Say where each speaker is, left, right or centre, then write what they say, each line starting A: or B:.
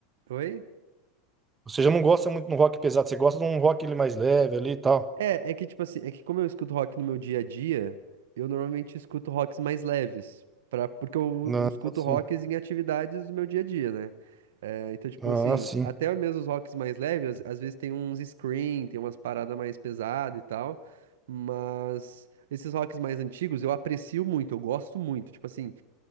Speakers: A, on the right; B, on the right.
A: Oi?
B: Você já não gosta muito de um rock pesado, você gosta de um rock ele mais leve ali e tal.
A: É, é que tipo assim, é que como eu escuto rock no meu dia a dia, eu normalmente escuto rocks mais leves, pra, porque eu,
B: Ah,
A: eu escuto
B: sim.
A: rocks em atividades do meu dia a dia, né? É, então, tipo
B: Ah,
A: assim,
B: sim.
A: até mesmo os rocks mais leves, às, às vezes tem uns scream, tem umas paradas mais pesadas e tal, mas esses rocks mais antigos eu aprecio muito, eu gosto muito. Tipo assim,